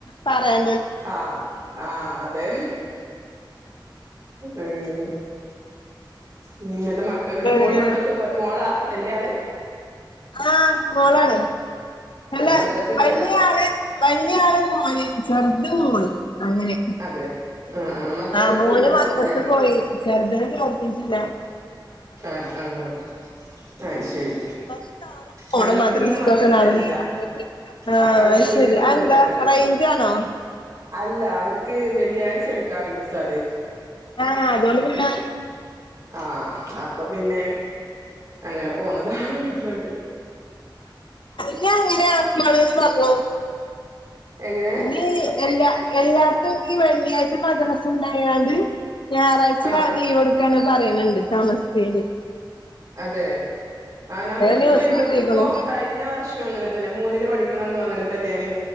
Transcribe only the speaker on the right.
ആഹ ആഹ അതെ അനെ പിന്നെ എന്ത മക്കള് എന്നിട്ട്
മോള് മദ്രസ മോളാ വലിയ ആള്
മദ്രസ
പോയതാ
അതെ ആ മദ്രസ
പോയിട്ടുണ്ടാവൂല്ലേ
ആഹ ആഹ ആഹ് ശരി
ഞങ്ങൾക്ക്
ഇന്ന് മദ്രസ
ഇല്ല
അപ്പൊ അങ്ങനെ വീട്ട്ക്ക്
പോന്നതാ
ഞാന്
അല്ല അവർക്ക് വെള്ളിയാഴ്ച എടുക്കാറുണ്ട് ഉസ്താദ
ആഹ അപ്പൊ പിന്നെ അങ്ങനെ പോന്നതാ വീട്ടിലോട്ട്
എങ്ങനെ
ആഹ്
അതെ ആ നമുക്കിപ്പോ
ഇവക്കിപ്പോ
കഴിഞ്ഞ വർഷം അങ്ങനെ തന്നെ മൂന്നില് പഠിക്കണംഅങ്ങനെ